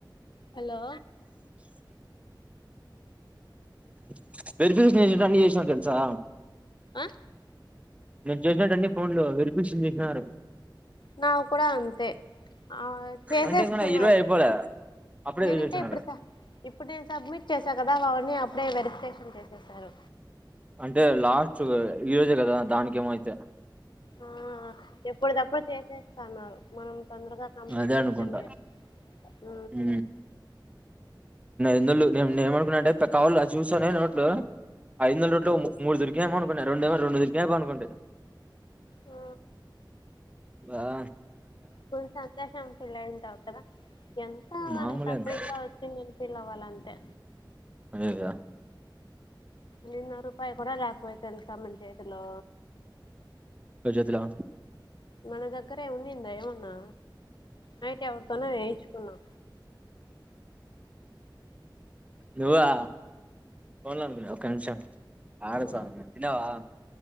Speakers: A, on the left; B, on the right.
A: హలో
B: <unintelligible> అన్ని చేసినా తెలుసా
A: ఆ
B: నేను చేసేటన్ని ఫోన్లు వెరిపిషన్ చేసినారు.
A: నువు కూడా అంతే ఆ <unintelligible> చేసేస్తున్నారు
B: అంటే ఇంక నా ఇరవై అయిపోలే అప్పుడే
A: నేను
B: చేసినారు
A: ఇంకా ఇప్పుడు ఇప్పుడు నేను సబ్మిట్ చేసా కద మవాన్ని అప్పుడే వెరిఫికేషన్ చేసేసారు
B: అంటే లాస్ట్ ఈరోజే కదా దానికి ఏమో అయితే
A: ఆ ఎప్పుడి దప్పుడు చేసేస్తన్నారు మనం తొందరగా కంప్లీట్
B: అదేనుకుంట
A: చేస్తే మేలు ఆ
B: హు అందులు నే నేమ అనుకున్నాంటే కావాలొ చూస్తానే నోట్లు ఐదొందలనోట్లు మూడు దొరిక్ ఏమో అనుకున్న రెండు రెండు దొరికిన అయిపో అనుకుంటి
A: ఆ
B: అబ్బా
A: కొంచ సంతోషం పుల్లయ్యటావు కదా ఎంతో కొంత
B: మామూలే ఇంకా
A: ఫ్రీగా వచ్చింది చిల్లవల్ల అంతే
B: అదేగద
A: నిన్న రూపాయి కూడాడ లేకపోయా తెలుస మనచేతిలో
B: ఒక్క చేతిలో
A: మన దగ్గర ఏమ కిందా ఏమన్నా నైట్ ఎరతోన్నా వెయించుకున్నా
B: నువ్వా పోన్కు ఒక్క నిమిషం ఆడు
A: ఆ
B: సామి తినవా